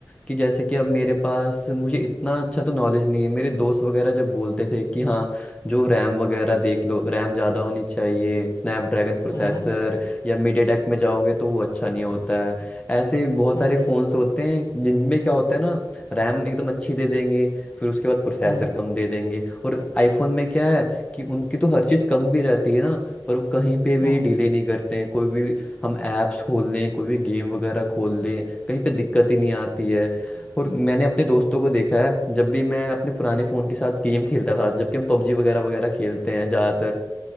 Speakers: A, on the left; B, on the left.
A: कि जैसे कि अब मेरे पास मुझे इतना अच्छा तो नॉलेज नहीं है मेरे दोस्त वगैरह जब बोलते थे कि हाँ जो रैम वगैरह देख लो रैम ज़्यादा होनी चाहिए स्नैपड्रैगन प्रोसेसर
B: हम्म
A: या मिड टेक में जाओगे तो वो अच्छा नहीं होता है ऐसे बहुत
B: हम्म
A: सारे फ़ोन्स होते हैं जिनमें क्या होता है ना रैम एकदम अच्छी दे देंगे फिर उसके बाद प्रोसेसर
B: हम्म हम्म
A: कम दे देंगे और आईफोन में क्या है कि उनकी तो हर चीज़ कम भी रहती है ना पर वो कहीं पे भी
B: हम्म
A: डिले नहीं करते हैं कोई भी हम ऐप्स खोल लें कोई भी गेम वगैरह खोल लें कहीं पे दिक्कत ही नहीं आती है और मैंने अपने दोस्तों को देखा है जब भी मैं अपने पुराने फ़ोन के साथ गेम खेलता था जबकि हम पबजी वगैरह वगैरह खेलते हैं ज़्यादातर